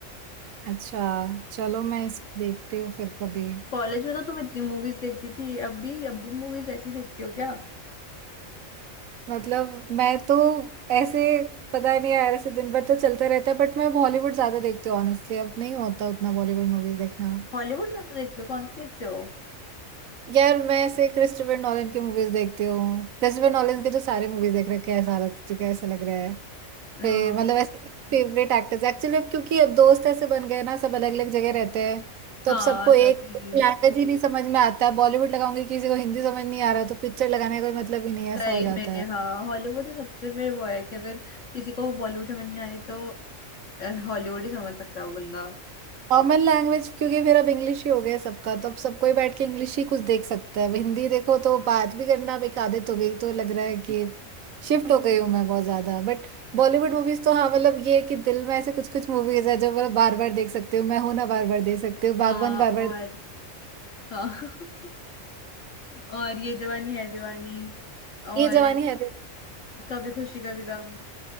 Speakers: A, on the right; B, on the left.
A: अच्छा चलो मैं इसको देखती हूँ फिर कभी
B: कॉलेज में तो तुम इतनी मूवीज देखती थी अब भी अब भी मूवीज ऐसी देखती हो क्या
A: मतलब मैं तो ऐसे पता नहीं यार ऐसे दिन भर तो चलते रहता है बट मैं बॉलीवुड ज्यादा देखती हूँ ऑनेस्टली अब नहीं होता उतना बॉलीवुड मूवीज देखना
B: हॉलीवुड ज्यादा देखते हो कौन सी देखते हो
A: यार मैं ऐसे क्रिस्टोफर नॉलन की मूवीज देखती हूँ क्रिस्टोफर नॉलन के तो सारे मूवीज देख रखे हैं सारा तुझे कैसा लग रहा है
B: हाँ
A: फिर मतलब ऐसे फेवरेट एक्टर्स एक्चुअली अब क्योंकि अब दोस्त ऐसे बन गए ना सब अलग अलग जगह रहते हैं तो
B: हाँ
A: अब सबको एक
B: तभी
A: लैंग्वेज ही नहीं समझ में आता बॉलीवुड लगाऊंगी किसी को हिंदी समझ नहीं आ रहा तो पिक्चर लगाने का कोई मतलब ही नहीं है, ऐसा
B: सही
A: हो जाता
B: में
A: है
B: हाँ हॉलीवुड तो सबसे फिर वो है कि अगर किसी को बॉलीवुड समझ नहीं आ रही तो हॉलीवुड ही समझ सकता है वो बंदा
A: कॉमन लैंग्वेज क्योंकि फिर अब इंग्लिश ही हो गया है सबका तो अब सबको ही बैठ के इंग्लिश ही कुछ देख सकता है अब हिंदी देखो तो बात भी करना अब एक आदत हो गई तो लग रहा है कि शिफ्ट हो गई हूँ मैं बहुत ज्यादा बट बॉलीवुड मूवीज तो हाँ मतलब ये है कि दिल में ऐसे कुछ कुछ मूवीज है जो मैं बार बार देख सकती हूँ मैं हूं ना बार बार देख सकती हूँ बागबान
B: हाँ
A: बार बार
B: और हाँ <laughs> और ये जवानी है दीवानी और
A: ये जवानी है दीवानी।
B: कभी खुशी कभी गम